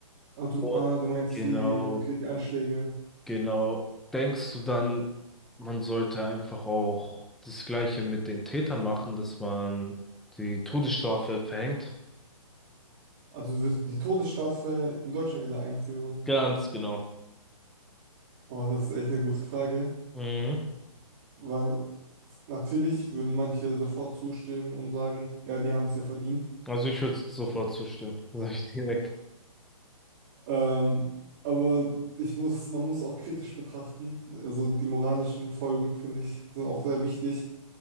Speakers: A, on the right; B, in the centre.
A: Ah, du,
B: Oh,
A: ah, du meinst
B: Genau.
A: die, okay, die Anschläge.
B: Genau. Denkst du dann, man sollte einfach auch das Gleiche mit den Tätern machen, dass man die Todesstrafe verhängt?
A: Also du wirst die Todesstrafe in Deutschland wieder einführen?
B: Ganz genau.
A: Boah, das ist echt eine gute Frage,
B: Mhm.
A: weil natürlich würden manche sofort zustimmen und sagen, ja, die haben es ja verdient.
B: Also ich würde sofort zustimmen, <laughs> sage ich direkt.
A: Ähm, aber ich muss, man muss auch kritisch betrachten. Also die moralischen Folgen, finde ich, sind auch sehr wichtig.